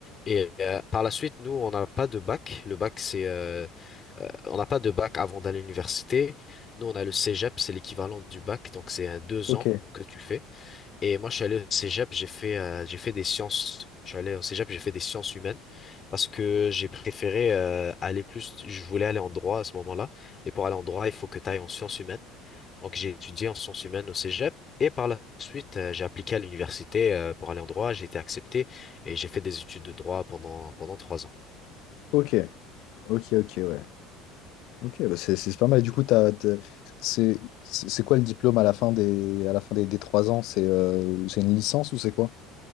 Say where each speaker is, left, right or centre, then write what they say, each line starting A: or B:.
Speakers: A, on the left (about 30°); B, on the left (about 55°).
A: Et euh, par la suite, nous, on n'a pas de bac. Le bac, c'est, euh, on n'a pas de bac avant d'aller à l'université. Nous, on a le cégep, c'est l'équivalent du bac, donc c'est un deux
B: ok,
A: ans que tu fais. Et moi, je suis allé au cégep, j'ai fait, euh, j'ai fait des sciences. Je suis allé au cégep, j'ai fait des sciences humaines parce que j'ai préféré euh, aller plus. Je voulais aller en droit à ce moment-là. Et pour aller en droit, il faut que tu ailles en sciences humaines. Donc j'ai étudié en sciences humaines au Cégep et par la suite euh, j'ai appliqué à l'université euh, pour aller en droit, j'ai été accepté et j'ai fait des études de droit pendant pendant trois ans.
B: ok, ok, ok, ouais. Ok, bah c'est c'est pas mal. Et du coup, t'as, t'as- c'est c'est- c'est quoi le diplôme à la fin des, à la fin des, des trois ans? C'est euh, c'est une licence ou c'est quoi?